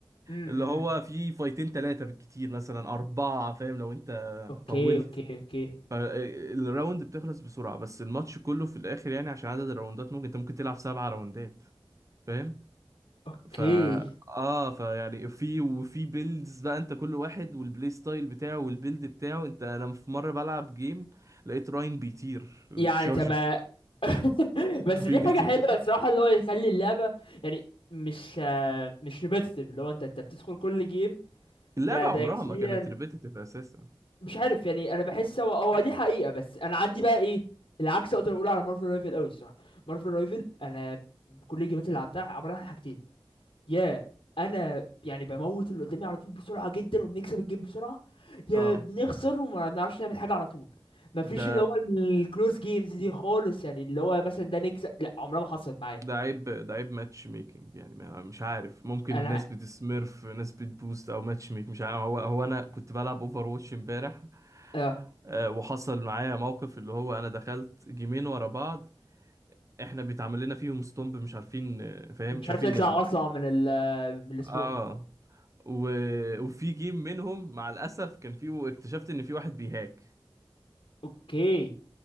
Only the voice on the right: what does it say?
اللي هو
في فايتين ثلاثة بالكتير مثلا أربعة فاهم لو أنت
طولت
فالراوند بتخلص بسرعة بس الماتش كله في الآخر يعني عشان عدد الراوندات ممكن أنت ممكن تلعب سبعة راوندات فاهم
فا اه فيعني في وفي بيلدز بقى انت كل واحد والبلاي ستايل بتاعه والبيلد بتاعه انت انا في مره بلعب جيم لقيت راين بيطير بتشارج
بي-
<laughs> بيطير
اللعبه
عمرها
ما كانت ريبيتيتيف اساسا
اه
ده
ده عيب ده عيب ماتش ميكنج يعني ما- مش عارف ممكن
ناس بتسميرف ناس بتبوست او ماتش ميك مش عارف هو هو انا كنت بلعب اوفر واتش امبارح
آه، وحصل معايا موقف اللي هو انا دخلت جيمين ورا بعض احنا بيتعمل لنا فيهم ستومب مش عارفين آه، فاهم
مش
عارفين
نلعب
اه و... وفي جيم منهم مع الاسف كان فيه اكتشفت ان في واحد بيهاك